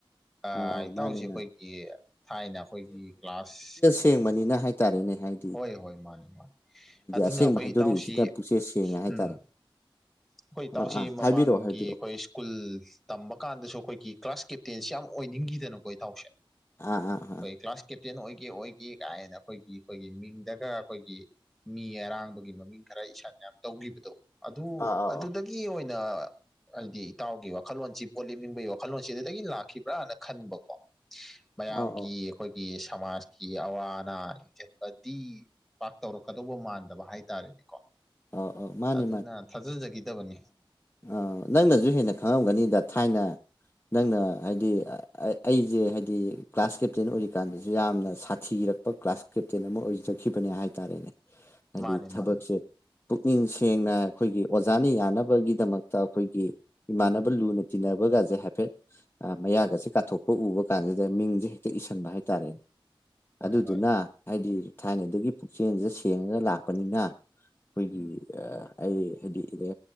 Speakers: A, in the centre; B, on the left.
A: ꯑꯥ
B: ꯑꯧ ꯑꯧ
A: ꯏꯇꯥꯎꯁꯦ
B: ꯃꯥꯅꯦ
A: ꯑꯩꯈꯣꯏꯒꯤ
B: ꯃꯥꯅꯦ
A: ꯊꯥꯏꯅ ꯑꯩꯈꯣꯏꯒꯤ ꯀ꯭ꯂꯥꯁ
B: ꯐꯦꯡꯕꯅꯤꯅ ꯍꯥꯏꯇꯥꯔꯦꯅꯦ ꯍꯥꯏ
A: ꯍꯣꯏ ꯍꯣꯏ ꯃꯥꯅꯤ ꯃꯥꯅꯤ ꯑꯗꯨꯅ
B: ꯑꯁꯦꯡꯕ
A: ꯑꯩꯈꯣꯏ
B: ꯍꯥꯏꯗꯣꯔꯛꯏꯁꯤꯅ
A: ꯏꯇꯥꯎꯁꯤ
B: ꯄꯨꯛꯆꯦꯜ ꯁꯦꯡꯉꯦ ꯍꯥꯏꯇꯥꯔꯦ
A: ꯎꯝ ꯑꯩꯈꯣꯏ ꯏꯇꯥꯎꯁꯤ
B: ꯑꯥ ꯑꯥ
A: ꯃꯃꯥꯡꯒꯤ
B: ꯍꯥꯏꯕꯤꯔꯛꯑꯣ ꯍꯥꯏꯕꯤꯔꯛꯑꯣ
A: ꯑꯩꯈꯣꯏ ꯁ꯭ꯀꯨꯜ ꯇꯝꯕ ꯀꯥꯟꯗꯁꯨ ꯑꯩꯈꯣꯏꯒꯤ ꯀ꯭ꯂꯥꯁ ꯀꯦꯞꯇꯦꯟꯁꯤ ꯌꯥꯝ ꯑꯣꯏꯅꯤꯡꯒꯤꯗꯅꯀꯣ ꯏꯇꯥꯎꯁꯦ
B: ꯑꯥ ꯑꯥ ꯑꯥ
A: ꯈꯣꯏ ꯀ꯭ꯂꯥꯁ ꯀꯦꯞꯇꯦꯟ ꯑꯣꯏꯒꯦ ꯑꯣꯏꯒꯦ ꯀꯥꯏ ꯍꯦꯅ ꯑꯩꯈꯣꯏꯒꯤ ꯑꯩꯈꯣꯏꯒꯤ ꯃꯤꯡꯗꯒ ꯑꯩꯈꯣꯏꯒꯤ ꯃꯤ ꯑꯔꯥꯡꯕꯒꯤ ꯃꯃꯤꯡ ꯈꯔ ꯏꯁꯟ ꯌꯥꯝ ꯇꯧꯒꯤꯕꯗꯣ ꯑꯗꯨ
B: ꯑꯥ ꯑꯥ
A: ꯑꯗꯨꯗꯒꯤ
B: ꯑꯧ
A: ꯑꯣꯏꯅ ꯍꯥꯏꯗꯤ ꯏꯇꯥꯎꯒꯤ ꯋꯥꯈꯜꯂꯣꯟꯁꯤ ꯄꯣꯠ ꯂꯦꯞꯅꯤꯡꯕꯒꯤ ꯋꯥꯈꯜꯂꯣꯟꯁꯤ ꯑꯗꯨꯗꯒꯤ ꯂꯥꯛꯈꯤꯕ꯭ꯔꯥꯅ ꯈꯟꯕꯀꯣ ꯃꯌꯥꯝꯒꯤ
B: ꯑꯧ
A: ꯑꯩꯈꯣꯏꯒꯤ ꯁꯃꯥꯖꯀꯤ ꯑꯋꯥ ꯑꯅꯥ ꯌꯦꯡꯁꯤꯟ ꯕꯗꯤ ꯄꯥꯛ ꯇꯧꯔꯛꯀꯗꯧꯕ ꯃꯥꯟꯗꯕ ꯍꯥꯏꯇꯥꯔꯦꯅꯦꯀꯣ
B: ꯑꯧ ꯑꯧ ꯃꯥꯅꯦ
A: ꯑꯗꯨꯅ ꯊꯥꯖꯖꯒꯤꯗꯕꯅꯤ
B: ꯑ ꯅꯪꯅꯁꯨ ꯍꯦꯟꯅ ꯈꯪꯉꯝꯒꯅꯤꯗ ꯊꯥꯏꯅ ꯅꯪꯅ ꯍꯥꯏꯗꯤ ꯑꯥ ꯑꯩꯁꯦ ꯍꯥꯏꯗꯤ ꯀ꯭ꯂꯥꯁ ꯀꯦꯞꯇꯦꯟ ꯑꯣꯏꯔꯤꯀꯥꯟꯗꯁꯨ ꯌꯥꯝꯅ ꯁꯥꯊꯤꯔꯛ ꯄ ꯀ꯭ꯂꯥꯁ ꯀꯦꯞꯇꯦꯟ ꯑꯃ ꯑꯣꯏꯖꯈꯤꯕꯅꯦ ꯍꯥꯏꯇꯥꯔꯦꯅꯦ
A: <inaudible>
B: ꯍꯥꯏꯗꯤ ꯊꯕꯛꯁꯦ
A: ꯃꯥꯅꯦ
B: ꯄꯨꯛꯅꯤꯡ ꯁꯦꯡꯅ ꯑꯩꯈꯣꯏꯒꯤ ꯑꯣꯖꯥꯅ ꯌꯥꯅꯕꯒꯤꯗꯃꯛꯇ ꯑꯈꯣꯏꯒꯤ ꯏꯃꯥꯟꯅꯕ ꯂꯨꯅ ꯇꯤꯟꯅꯕꯒꯖꯦ ꯍꯥꯏꯐꯦꯠ ꯑꯥ ꯃꯌꯥꯒꯁꯦ ꯀꯥꯊꯣꯛꯄ ꯎꯕꯀꯥꯟꯗꯨꯗ ꯃꯤꯡꯖꯦ ꯍꯦꯛ ꯏꯁꯤꯟꯕ ꯍꯥꯏꯇꯥꯔꯦ
A: ꯍꯣꯏ
B: ꯑꯗꯨꯗꯨꯅ
A: ꯍꯣꯏ
B: ꯍꯥꯏꯗꯤ ꯊꯥꯏꯅꯗꯒꯤ ꯄꯨꯛꯆꯦꯜꯖꯦ ꯁꯦꯡꯉꯒ ꯂꯥꯛꯄꯅꯤꯅ ꯑꯩꯈꯣꯏꯒꯤ
A: ꯎꯝ
B: ꯑꯥ ꯑꯩ ꯍꯥꯏꯗꯤ ꯏꯗꯥ